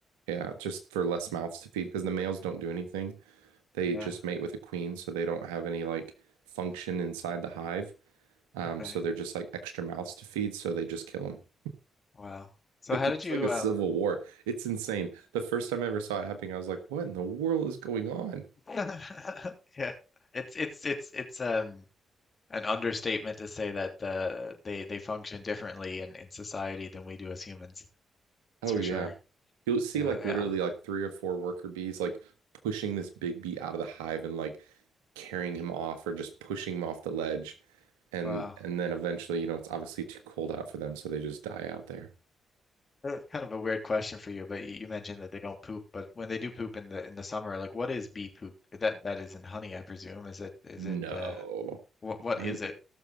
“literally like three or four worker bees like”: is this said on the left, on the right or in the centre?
Right